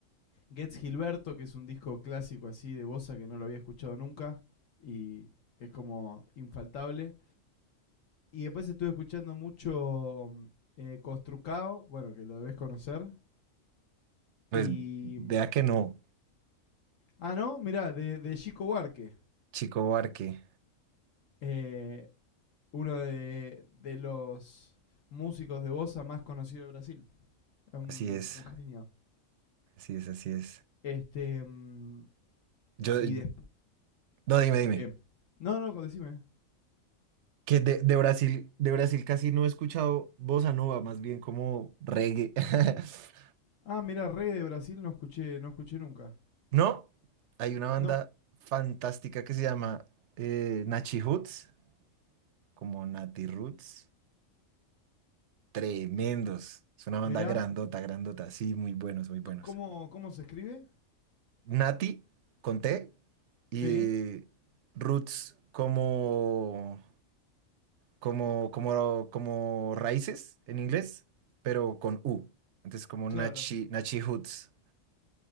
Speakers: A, on the left (about 75°); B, on the right (about 65°).
A: Gets Gilberto, que es un disco clásico así de bossa que no lo había escuchado nunca. Y es como infaltable. Y después estuve escuchando mucho mm, eh, Costrucao, bueno, que lo debes conocer.
B: pues
A: Y.
B: vea
A: mm,
B: que no,
A: Ah, no, mirá, de, de Chico Huarque,
B: Chico Barque.
A: eh, uno de, de los músicos de bossa más conocido de Brasil. Un,
B: Así es,
A: un genio.
B: así es, así es.
A: Este. mm,
B: Yo,
A: Y después.
B: no, dime, dime.
A: ¿Qué? No, no, decime.
B: Que de, de Brasil, de Brasil casi no he escuchado bossa nova, más bien como reggae. <laughs>
A: Ah, mirá, Rey de Brasil no escuché, no escuché nunca.
B: No, hay una banda
A: No,
B: fantástica que se llama eh, Nachi Hoods, como Nati Roots. Tremendos. Es una banda
A: mirá.
B: grandota, grandota. Sí, muy buenos, muy buenos.
A: C- ¿Cómo, cómo se escribe?
B: Nati, con T,
A: Sí,
B: y Roots como, como, como, como raíces en inglés, pero con U. Entonces, como
A: claro.
B: Nachi, Nachi Hoots.